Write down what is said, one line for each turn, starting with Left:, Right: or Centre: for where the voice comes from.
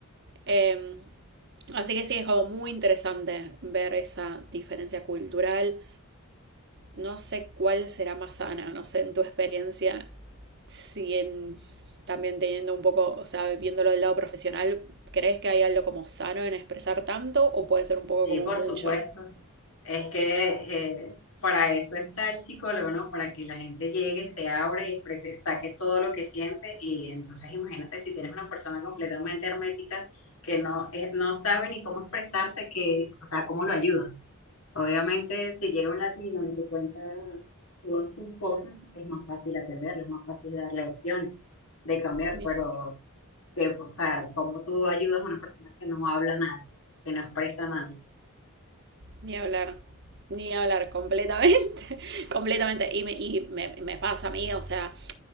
Right: Em, así que sí, es como muy interesante ver esa diferencia cultural no sé cuál será más sana, no sé en tu experiencia, si en, también teniendo un poco, o sea, viéndolo del lado profesional, ¿crees que hay algo como sano en expresar tanto o puede ser un poco
Left: Sí,
Right: como
Left: por
Right: mucho?
Left: supuesto. Es que eh, para eso está el psicólogo, ¿no? Para que la gente llegue, se abra y exprese- saque todo lo que siente. Y entonces imagínate si tienes una persona completamente hermética que no, eh, no sabe ni cómo expresarse, que, o sea, ¿cómo lo ayudas? Obviamente, si llega un latino y te cuenta todas sus cosas, es más fácil atenderlo, es más fácil darle opciones de cambiar,
Right: Ni,
Left: pero que, o sea, ¿cómo tú ayudas a una persona que no habla nada, que no expresa nada?
Right: ni hablar, ni hablar completamente, <laughs> completamente. Y, me, y me, me pasa a mí, o sea,